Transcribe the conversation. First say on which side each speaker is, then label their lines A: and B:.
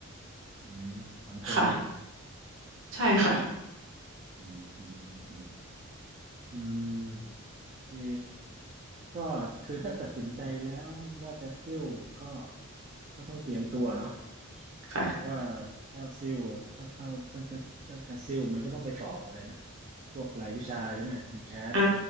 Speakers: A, on the right; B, on the right.
A: อืมทำโครงงาน
B: ค่ะใช่ค่ะ
A: อืมอืมอืมอืม เออก็คือถ้าตัดสินใจแล้วว่าจะซิ่วก็ก็ต้องเตรียมตัวเนาะ
B: ค่ะ
A: เพราะว่าถ้าซิ่วจะเข้าจะจะจะจะซิ่วมันก็ต้องไปสอบอะไรนะพวกรายวิชาใช่ไหมทีแคท
B: อ่า